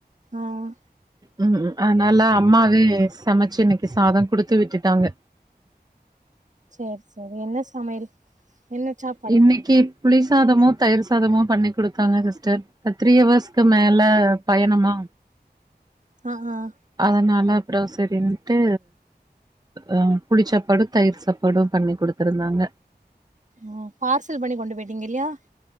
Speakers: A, on the right; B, on the right.
A: ஆ
B: உம் ம் அதனால அம்மாவே சமைச்சு இன்னைக்கு சாதம் குடுத்து விட்டுட்டாங்க
A: சேர் சேர் என்ன சமையல் என்ன சாப்பாடு
B: இன்னைக்கு புளிசாதமோ தயிர் சாதமோ பண்ணி குடுத்தாங்க சிஸ்டர் த்ரீ ஹவர்ஸ்க்கு மேல பயணமா
A: ஆஹ் ஆஹ்
B: அதனால அப்புறம் செரின்ட்டு அஹ் புளிச்சாப்பாடு தயிர் சாப்பாடும் பண்ணி கொடுத்துருந்தாங்க
A: உம் பார்சல் பண்ணி கொண்டு போயிட்டீங்க இல்லையா